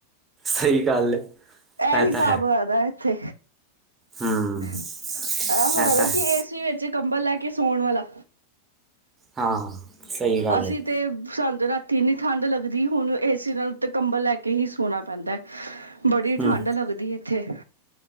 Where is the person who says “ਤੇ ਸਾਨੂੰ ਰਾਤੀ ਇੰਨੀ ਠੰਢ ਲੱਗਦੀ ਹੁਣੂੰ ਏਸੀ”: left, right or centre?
Right